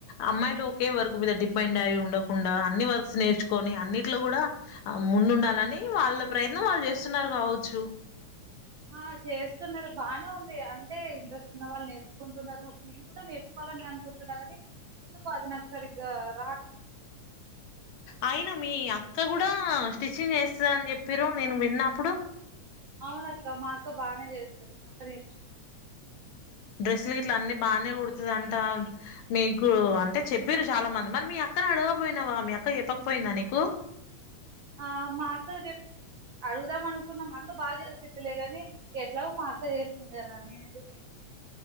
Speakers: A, on the left; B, on the right.
A: అమ్మాయిలు ఒకే వర్క్ మీద డిపెండ్ అయ్యి ఉండకుండా అన్ని వర్క్స్ నేర్చుకొని అన్నిట్లో గూడా ముందుండాలని వాళ్ళ ప్రయత్నం వాళ్ళు చేస్తున్నారు గావచ్చు
B: ఆ చేస్తున్నారు బానే ఉంది అంటే ఇంట్రెస్ట్ ఉన్న వాళ్ళు నేర్చుకుంటున్నారు నేను కూడా నేర్చుకోవాలని అనుకుంటున్నా కుంటున్నా గానీ ఎందుకో అది నాకు సారిగా రా
A: అయినా మీ అ అక్క గూడా స్టిచ్చింగ్ చేస్తదని చెప్పిరు నేను విన్న అప్పుడు
B: అవునక్క మా అక్క బానే చేస్తది మా అక్క నేర్చుకు
A: డ్రెస్లు ఇట్లా అన్నీ బానే కుడుతదంటా మీకు అంటే చెప్పిరు చాలా మంది మరి మీ అక్క ని అడగ క పోయినావా మీ అక్క చెప్పకపోయిందా నీకు
B: ఆ మా అక్కకి చెప్ అడుగుదాం అనుకున్న మా అక్క బాగా చేసిద్లే గాని ఎట్లాగో మా అక్క చేస్తంది కదా నేను ఎందుకులే